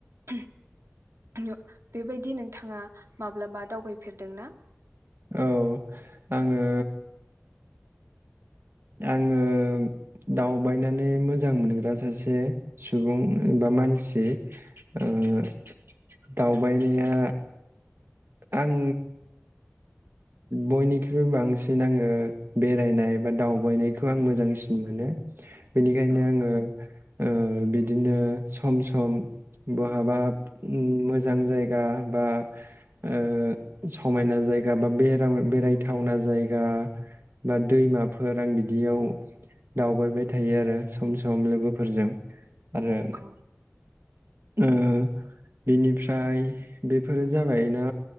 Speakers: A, on the right; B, on the right.
A: <unintelligible> नो बेबायदि नोंथाङा माब्लाबा दावबायफेरदोंना?
B: औ आङो आङो दावबायनानै मोजां मोनग्रा सासे सुबुं बा मानसि ओ <unintelligible> दावबायनाया आं बयनिख्रुइ बांसिन आङो बेरायनाय बा दावबायनायखौ आं मोजांसिन मोनो बिनिखायनो
A: औ
B: आङो ओ बिदिनो सम सम बहाबा उम मोजां जायगा बा ओ समायना जाय गाबा बेराव बेरायथावना जायगा बा दैमाफोर आं बिदियाव दावबायबाय थायो आरो सम सम लोगोफोरजों आरो
A: औ
B: ओ बिनिफ्राय बेफोरो जाबाय ना